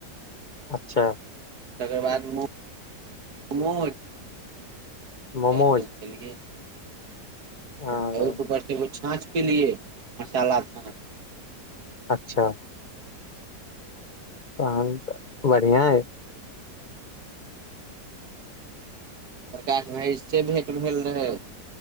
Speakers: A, on the left (about 80°); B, on the right (about 65°).
A: अच्छा।
B: तकर बाद मोमोज।
A: मोमोज
B: सैह सब खेलिये।
A: आ
B: ओहि ऊपर स एगो छाँछ पिलियै, मसाला छाँछ।
A: अच्छा। तखन तऽ बढ़िआ अछि।
B: प्रकाश भाईजी से भेंट भेल रहै।